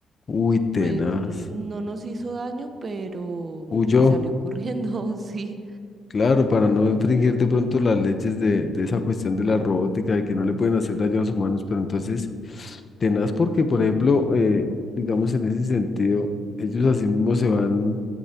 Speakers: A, on the left (about 40°); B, on the right (about 40°).
A: uy, tenaz,
B: Pues n- no nos hizo daño, pero
A: huyó.
B: pues salió corriendo, <laughs> sí.
A: Claro, para no infringir de pronto las leyes de, de esa cuestión de la robótica, de que no le pueden hacer daño a los humanos, pero entonces, tenaz porque, por ejemplo, eh, digamos en ese sentido, ellos así mismo se van